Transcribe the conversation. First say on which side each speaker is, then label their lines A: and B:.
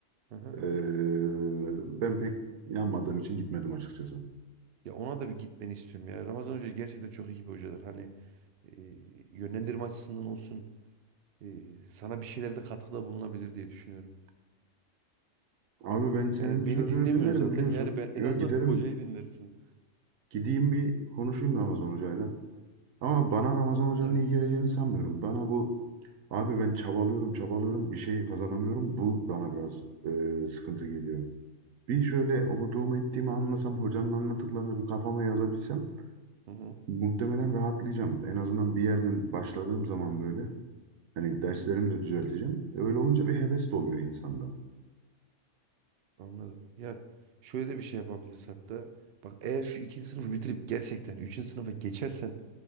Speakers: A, on the right; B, on the right.
A: Hı hı.
B: eee, ben pek inanmadığım için gitmedim açıkçası.
A: Ya ona da bir gitmeni istiyorum ya. Ramazan Hoca gerçekten çok iyi bir hocadır. Hani e, yönlendirme açısından olsun e, sana bir şeylerde katkıda bulunabilir diye düşünüyorum.
B: Abi ben senin
A: Yani
B: sözünü
A: beni dinlemiyor
B: dinlerim
A: zaten.
B: biliyorsun.
A: Yani ben,
B: Yo
A: en azından
B: giderim.
A: bir hocayı dinlersin.
B: Gideyim bir konuşayım Ramazan hocayla. Ama bana Ramazan Hoca'nın
A: Evet.
B: iyi geleceğini sanmıyorum. Bana bu abi ben çabalıyorum çabalıyorum bir şey kazanamıyorum. Bu bana biraz e, sıkıntı geliyor. Bir şöyle okuduğumu ettiğimi anlasam hocanın anlattıklarını bir kafama yazabilsem
A: Hı hı.
B: muhtemelen rahatlayacağım. En azından bir yerden başladığım zaman böyle hani
A: Hı
B: derslerimi
A: hı.
B: de düzelteceğim. Öyle olunca bir heves de oluyor insanda.
A: Anladım. Ya şöyle de bir şey yapabiliriz hatta. Bak eğer şu ikinci sınıfı bitirip gerçekten üçüncü sınıfa geçersen